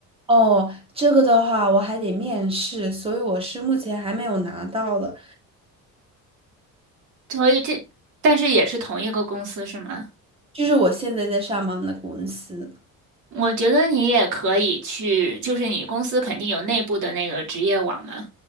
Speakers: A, on the right; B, on the right.
A: 哦，这个的话我还得面试，所以我是目前还没有拿到的，
B: 所以这，但是也是同一个公司是吗？
A: 就是我现在在上班的公司。
B: 我觉得你也可以去，就是你公司肯定有内部的那个职业网嘛，